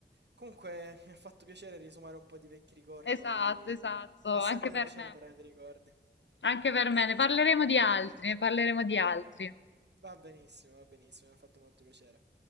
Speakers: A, on the right; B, on the left.
A: Comunque, mi ha fatto piacere riesumare un po' di vecchi ricordi.
B: Esatto, esatto,
A: Fa sempre
B: anche per
A: piacere
B: me.
A: parlare di ricordi.
B: Anche per me. Ne parleremo di altri, ne parleremo di altri.
A: Va benissimo, va benissimo, mi ha fatto molto piacere.